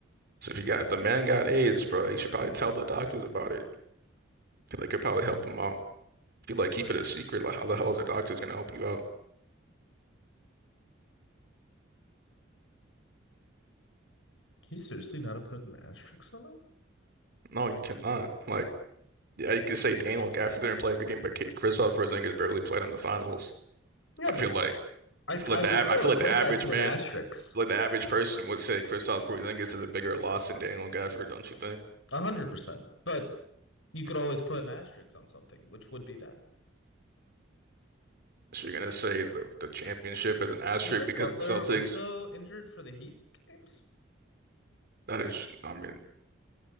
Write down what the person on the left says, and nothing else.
Can you seriously not have put an asterisk on that?
Yeah,
but
I
I
would
still
equate
that to
an asterisk.
A hundred percent. But you could always put an asterisk on something, which would be that.
Wasn't
Butler
also injured for the Heat games?